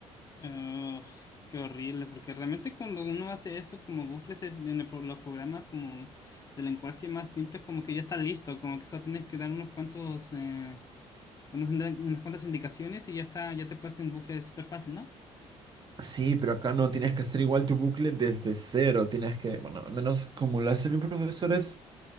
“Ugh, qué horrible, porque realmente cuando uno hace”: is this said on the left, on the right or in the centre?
Left